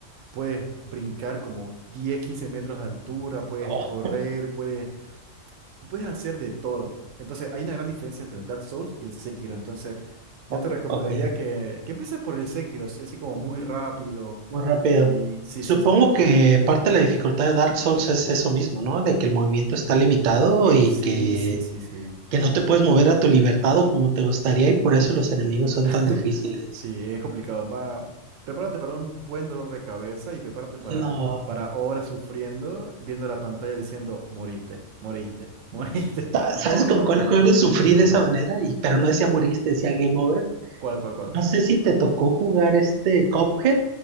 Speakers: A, on the right; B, on the right.
A: Puedes brincar como 10 15 metros de altura, puedes
B: Oh,
A: correr, puedes, puedes hacer de todo. Entonces, hay una gran diferencia entre el Dark Souls y el Sekiro. Entonces, yo
B: o-
A: te recomendaría
B: ok.
A: que, que empieces por el Sekiro, así así como muy rápido.
B: Muy rápido.
A: Y sí,
B: Supongo
A: sí,
B: que parte de la dificultad de Dark Souls es eso mismo, ¿no? De que el movimiento está limitado
A: eh,
B: y
A: sí,
B: que,
A: sí, sí, sí.
B: que no te puedes mover a tu libertad o como te gustaría y por eso los enemigos son
A: <laughs>
B: tan difíciles.
A: Sí, es complicado. Va, prepárate para un buen dolor de cabeza y prepárate para,
B: No.
A: para horas sufriendo, viendo la pantalla diciendo, moriste, moriste, <laughs> moriste,
B: Sa- ¿Sabes
A: todo el
B: con
A: rato.
B: cuál juego
A: <laughs>
B: sufrí de esa manera? Y, pero no decía moriste, decía Game Over.
A: ¿Cuál, cuál, cuál?
B: No sé si te tocó jugar este Cuphead.